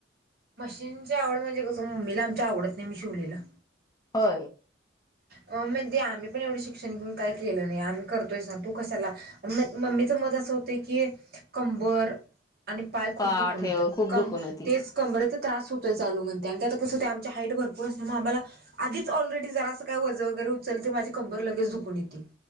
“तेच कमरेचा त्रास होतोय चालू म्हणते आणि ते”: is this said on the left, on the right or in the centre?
Right